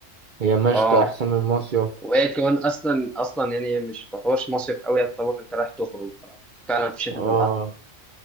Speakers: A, on the right (about 45°); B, in the centre.
A: هي مشتى
B: أه
A: أحسن من المصيف
B: وهي كمان أصلا أصلا يعني هي مش تعتبرش مصيف أوي تعتبر أنت رايح تخرج ففعلا في الشتاء
A: اه
B: بيبقى أحسن